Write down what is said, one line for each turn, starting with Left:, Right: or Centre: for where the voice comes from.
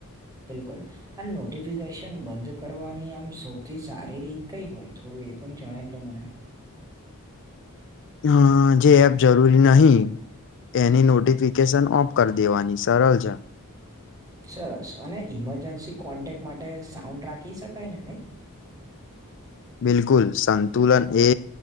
Right: બિલકુલ અને નોટિફિકેશન બંધ કરવાની આમ સૌ થી સારી રીત કઈ હોય થોડું એ પણ જણાઈલો મને?
Left: હા, જે એપ જરૂરી નહી એની નોટિફિકેશન ઓફ કરી દેવાની સરલ છે.
Right: સરસ અને ઇમરજન્સી કોન્ટેક માટે સાઉન્ડ રાખી શકાય ને નઈ?
Left: બિલકુલ, સંતુલન એ